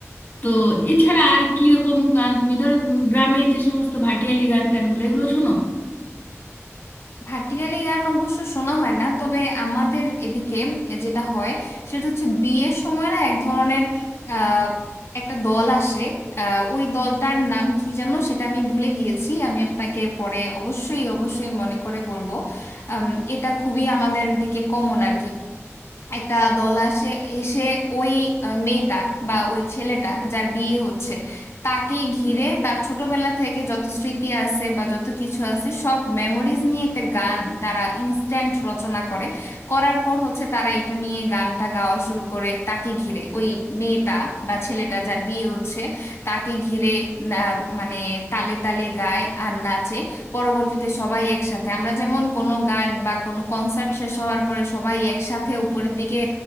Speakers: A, on the left (about 40°); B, on the left (about 55°).
A: তো এছাড়া আর কি রকম গান তুমি ধরো উম, গ্রামের যে সমস্ত ভাটিয়ালি গান টানগুলো এগুলো শোনো
B: ভাটিয়ালি গান অবশ্য শোনা হয় না তবে আমাদের এদিকে যেটা হয় সেটা হচ্ছে বিয়ের সময় না এক ধরনের আহ, একটা দল আসে আহ, ওই দলটার নাম কি যেন সেটা আমি ভুলে গিয়েছি আমি আপনাকে পরে অবশ্যই অবশ্যই মনে করে বলবো আম, এটা খুবই আমাদের দিকে কমন আর কি একটা দল আসে এসে ওই আহ, মেয়েটা বা ওই ছেলেটা যার বিয়ে হচ্ছে তাকে ঘিরে তার ছোটবেলা থেকে যত স্মৃতি আছে বা যত কিছু আছে সব মেমোরিজ নিয়ে একটা গান তারা ইনস্ট্যান্ট রচনা করে করার পর হচ্ছে তারা এটা নিয়ে গানটা গাওয়া শুরু করে তাকে ঘিরে ওই মেয়েটা বা ছেলেটা যার বিয়ে হচ্ছে তাকে ঘিরে না- মানে তালে তালে গায় আর নাচে পরবর্তীতে সবাই একসাথে আমরা যেমন কোনো গান বা কোনো কনসার্ট শেষ হওয়ার পরে সবাই একসাথে উপরের দিকে